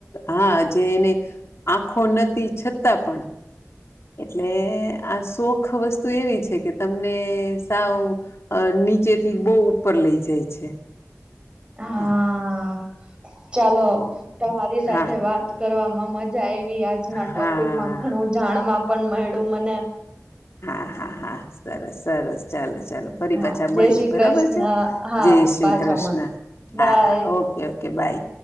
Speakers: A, on the left; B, on the right.
A: હા જે એને, આખો નથી છતાં પણ. એટલે આ શોખ વસ્તુ એવી છે કે તમને સાવ. નીચેથી બહુ ઉપર લઈ જાય છે.
B: હા.
A: એમ
B: ચાલો તમારી
A: હા
B: સાથે વાત કરવામાં મજા આવી. આજના ટોપિકમાં
A: હા
B: ઘણું જાણવા પણ મળ્યું મને.
A: હા હા હા સરસ સરસ ચાલો. ચાલો ફરી
B: હા
A: પાછા
B: જય
A: મળીએ
B: શ્રી કૃષ્ણ
A: બરોબર છે,
B: હા
A: જય શ્રી
B: પાછા
A: કૃષ્ણ
B: મળ bye
A: હા હા okay okay. Okay by.